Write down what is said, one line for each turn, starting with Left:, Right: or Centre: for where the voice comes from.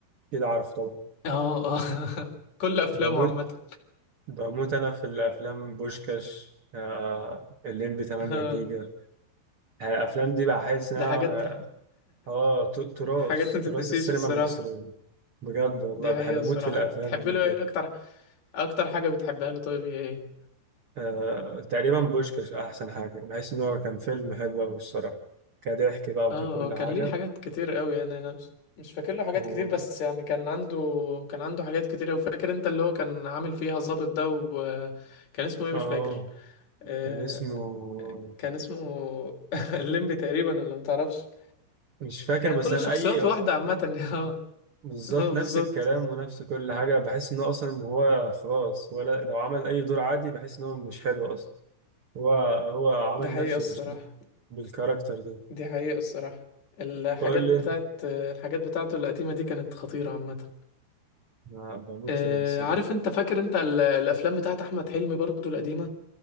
Right: كده عارف طبعا
Left: اه اه <laughs> كل افلامه
Right: بموت
Left: عامه
Right: بموت انا في الافلام بوشكاش أه الليمبي 8
Left: <laughs>
Right: جيجا يعني الافلام دي بحس انها
Left: ده حاجات
Right: اه ت- تراث
Left: <laughs> حاجات ما تتنسيش
Right: تراث السينما
Left: الصراحه
Right: المصريه بجد والله
Left: دي حقيقة
Right: بحب اموت
Left: الصراحة
Right: في الافلام
Left: تحب
Right: دي
Left: له
Right: بجد
Left: ايه اكتر اكتر حاجة بتحبها له طيب هي ايه
Right: آه تقريبا بوشكاش أحسن حاجة بحيث إن هو كان فيلم حلو أوي الصراحة كضحك بقى وككل
Left: اه آه، كان
Right: حاجة
Left: ليه حاجات كتير قوي يعني انا مش مش فاكر له حاجات
Right: و
Left: كتير بس يعني كان عنده كان عنده حاجات كتير قوي فاكر انت اللي هو كان عامل فيها ظابط ده وكان اسمه ايه
Right: آه
Left: مش فاكر آه،
Right: كان اسمه
Left: كان اسمه <laughs> الليمبي تقريبا ولا متعرفش
Right: مش فاكر
Left: كان
Right: بس
Left: كل
Right: أنا
Left: شخصياته
Right: أي
Left: واحدة عامة <laughs> اه
Right: بالظبط
Left: اه بالظبط
Right: نفس الكلام ونفس كل حاجة بحس إن هو أصلا هو خلاص ولا لو عمل أي دور عادي بحس إن هو مش حلو أصلا هو هو عمل
Left: دي حقيقة
Right: نفسه
Left: الصراحة
Right: بش... بالكاركتر دي
Left: دي حقيقة الصراحة الحاجات
Right: بقول
Left: بتاعت
Right: لي
Left: الحاجات بتاعته القديمة دي كانت خطيرة عامة
Right: أنا بموت
Left: آه،
Right: فيه الصراحة
Left: عارف انت فاكر انت ال- الافلام بتاعت احمد حلمي برضو القديمه